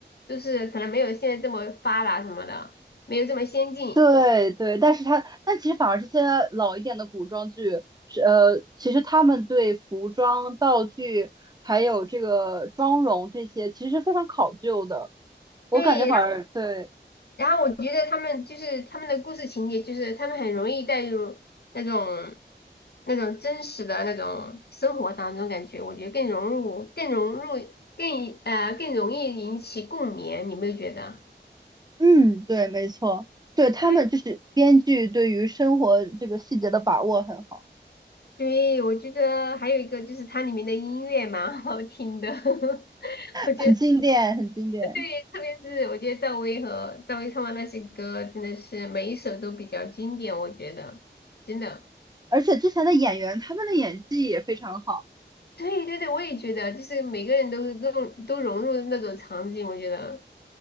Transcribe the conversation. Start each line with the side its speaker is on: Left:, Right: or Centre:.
Left: 都是可能没有现在这么发达什么的，没有这么先进。
Right: 对对，但是它，但其实反而这些老一点的古装剧，是呃，其实他们对服装、道具还有这个妆容这些，其实是非常考究的。我感觉反而对，
Left: 对，然后我觉得他们就是他们的故事情节，就是他们很容易带入那种那种真实的那种生活当中，感觉我觉得更融入、更融入、更呃更容易引起共鸣，你有没有觉得？
Right: 嗯，对，没错，对他们就是编剧对于生活这个细节的把握很好，
Left: 特别对，我觉得还有一个就是它里面的音乐蛮好听的，<laughs> 我觉得
Right: 很经典，很经典。
Left: 对，特别是我觉得赵薇和赵薇唱的那些歌，真的是每一首都比较经典，我觉得真的。
Right: 而且之前的演员他们的演技也非常好。
Left: 对对对，我也觉得，就是每个人都都都融入那种场景，我觉得